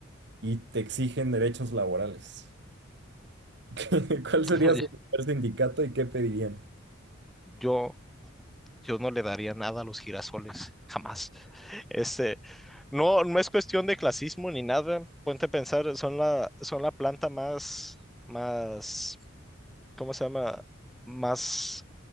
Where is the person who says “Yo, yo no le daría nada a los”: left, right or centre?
Centre